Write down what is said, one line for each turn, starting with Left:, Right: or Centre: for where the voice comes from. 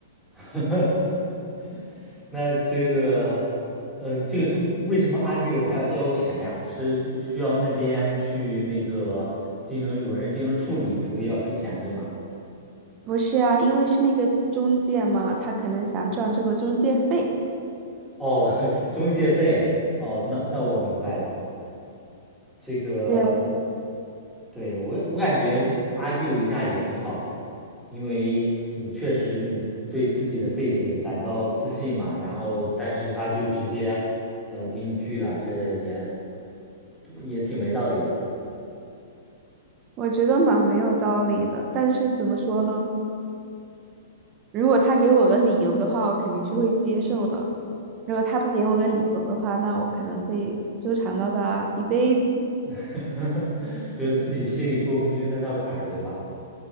Centre: <laughs> 那这个，嗯、这个中为什么 argue 还要交钱呀？是需要那边去那个进行有人进行处理，所以要出钱，对吗？
Right: 不是啊，因为是那个中介嘛，他可能想赚这个中介费。
Centre: 哦，<laughs> 中介费，哦，那那我明白了。这个
Right: 对呀，
Centre: 对，我我感觉 argue 一下也挺好的，因为你确实你对自己的背景感到自信嘛，然后但是他就直接，呃，给你拒了，这也也挺没道理的，
Right: 我觉得蛮没有道理的，但是怎么说呢？如果他给我个理由的话，我肯定是会接受的；如果他不给我个理由的话，那我可能会纠缠到他一辈子。
Centre: <laughs> 就是自己心里过不去那道坎儿，对吧？